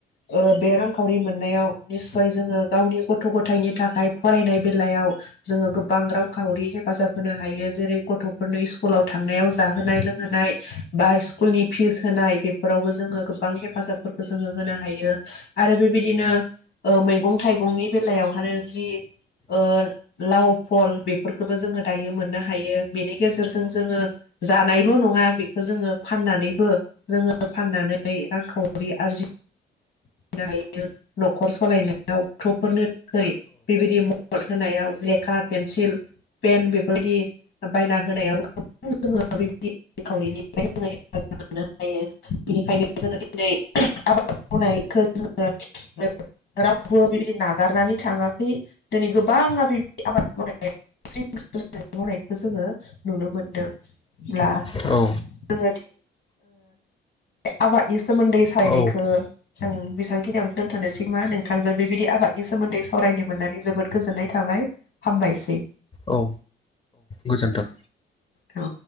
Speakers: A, on the left (about 65°); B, on the left (about 25°).
A: ओ बे रांखावरि मोननायाव निस्सय जोंङो गावनि गथ' गथायनि थाखाय फरायनाय बेलायाव जोंङो गोबां रांखावरि हेफाजाब होनो हायो जेरै गथ'फोरनो स्कुलाव थांनायाव जाहोनाय लोंहोनाय बा स्कुलनि फिस होनाय बेफोरावबो जोंङो गोबां हेफाजाबफोरखौ जोंङो होनो हायो आरो बेबायदिनो ओ मैगं-थाइगंनि बेलायावहा जि ओ लाव फल बेफोरखौबो जोंङो दायो मोननो हायो बेनि गेजेरजों जोंङो जानायल' नंङा बेखौ जोंङो फाननानैबो जोंङो फाननानै रांखावरि आरजिनो हायो न'खर सलायनायाव गथ'फोरनो है बेबायदि नट होनायाव लेखा पेन्सिल पेन बेफोरदि बायना होनायाव गोबां जोंङो बेदि रांखावरिनि जोङो हेफाजाब मोननो हायो बेनिखायनो जोंङो दिनै आबाद मावनायखौ जोंङो रावबो बेबायदि नागारनानै थांङाखै दिनै गोबांङा बेबायदि आबाद मावनाय बांसिन गोसो होनानै मावनायखौ जोंङो नुनो मोनदों अब्ला
B: औ।
A: ओ आबादनि सोमोन्दै सोमोन्दै सावरायनायखो
B: औ
A: जों बेसां खिनियावनो दोनथ'नोसै नामा नोंथांजों बेबायदि आबादनि सोमोन्दै सावरायनो मोननानै जोबोद गोजोननाय थाबाय हामबायसै।
B: औ गोजोन्थों।
A: औ।